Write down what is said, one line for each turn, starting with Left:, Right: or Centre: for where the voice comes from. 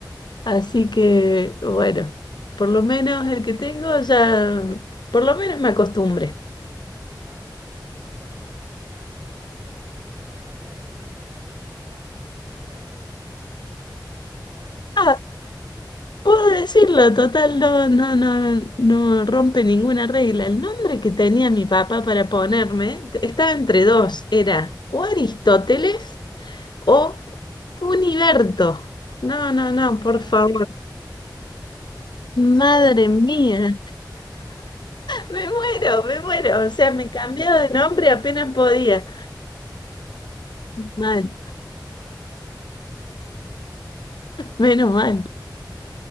Left: Así que bueno, por lo menos el que tengo ya, por lo menos me acostumbré.
Right: Ah, bueno, <laughs> pero no es horrible. eh, Bueno, como tú dices, gracias a Dios, no sé cuál era el de tu papá, pero, <laughs> pero si
Left: Ah,
Right: es así, bueno.
Left: puedo decirlo, total, no, no, no, no rompe ninguna regla. El nombre que tenía mi papá para ponerme t- estaba entre dos, era o Aristóteles o
Right: Ajá.
Left: Uniberto. No, no, no, por
Right: Ah,
Left: favor.
Right: imagínate, Aristóteles Univerta.
Left: Madre mía. Me muero, me muero.
Right: <laughs>
Left: O sea, me cambiaba de nombre apenas podía.
Right: Ay, ah, bueno,
Left: Mal,
Right: eh, eh, eh, por algo pasan las cosas.
Left: menos mal.
Right: <laughs>